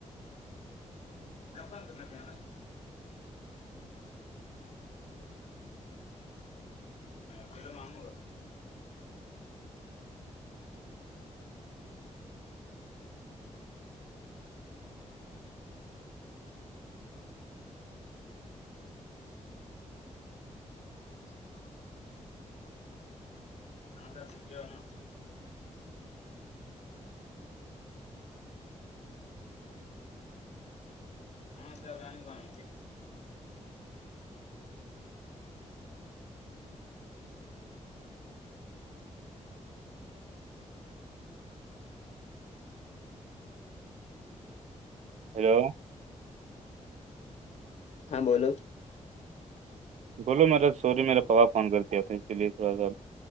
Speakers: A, on the left; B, on the right.
A: نپان کر میں آان کلو مانگو گ ہاں ٹھیک ہے ہے نا ہاں چ ج بان
B: ہیلو
A: ہاں بولو
B: بولو میرا سوری میرا پاپا فون کرتےتا تھا اسی لیے تھوڑا سا